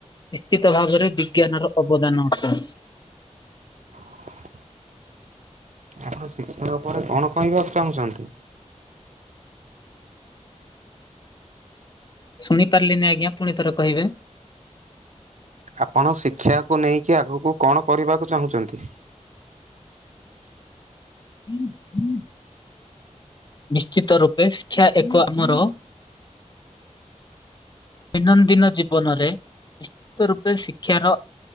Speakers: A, on the left; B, on the right.
A: ନିଶ୍ଚିତ ଭାବରେ ବିଜ୍ଞାନର ଅବଦାନ ଅଟ
B: <unintelligible> ଆପଣ ଶିକ୍ଷା ଉପରେ କଣ କହିବାକୁ ଚାହୁଁଛନ୍ତି?
A: ଶୁଣି ପାରିଲିନି ଆଜ୍ଞା ପୁଣି ଥରେ କହିବେ?
B: ଆପଣ ଶିକ୍ଷାକୁ ନେଇକି ଆଗକୁ କଣ କରିବାକୁ ଚାହୁଁଛନ୍ତି।
A: ହୁଁ ହୁଁ। ନିଶ୍ଚିତ ରୂପେ ଶିକ୍ଷା ଏକ ଆମର ଦୈନନ୍ଦିନ ଜୀବନରେ ନିଶ୍ଚିତ ରୂପେ ଶିକ୍ଷାର